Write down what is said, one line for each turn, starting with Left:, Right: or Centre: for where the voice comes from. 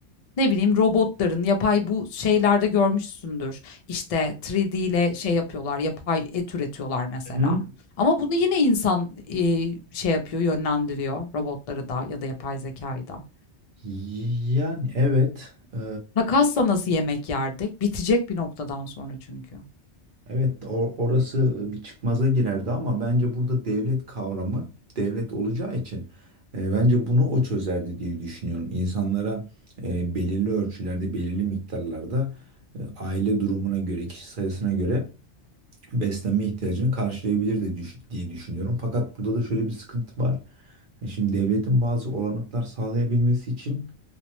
Left: ne bileyim robotların, yapay bu şeylerde görmüşsündür. İşte 3D ile şey yapıyorlar, yapay et üretiyorlar mesela.
Right: Hı
Left: Ama bunu yine insan, eee, şey yapıyor, yönlendiriyor robotları da ya da yapay zekayı da.
Right: Yani evet e,
Left: Makasla nasıl yemek yerdik? Bitecek bir noktadan sonra çünkü.
Right: Evet, o- orası bir çıkmaza girerdi ama bence burada devlet kavramı devlet olacağı için e, bence bunu o çözerdi diye düşünüyorum. İnsanlara e, belirli ölçülerde, belirli miktarlarda e, aile durumuna göre, kişi sayısına göre beslenme ihtiyacını karşılayabilirdi düş- diye düşünüyorum. Fakat burada da şöyle bir sıkıntı var. E, Şimdi devletin bazı olanaklar sağlayabilmesi için